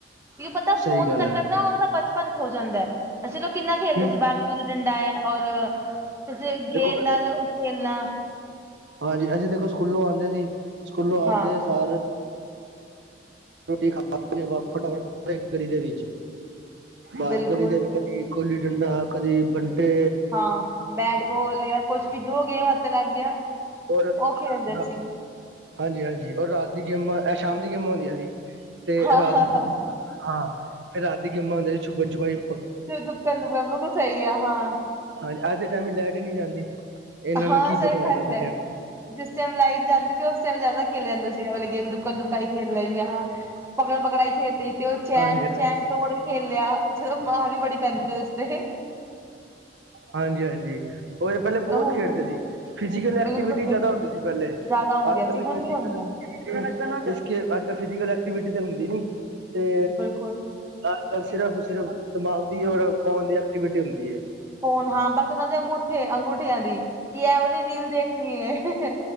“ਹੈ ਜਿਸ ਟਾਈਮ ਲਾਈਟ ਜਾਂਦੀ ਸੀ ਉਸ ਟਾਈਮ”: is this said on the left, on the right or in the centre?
Right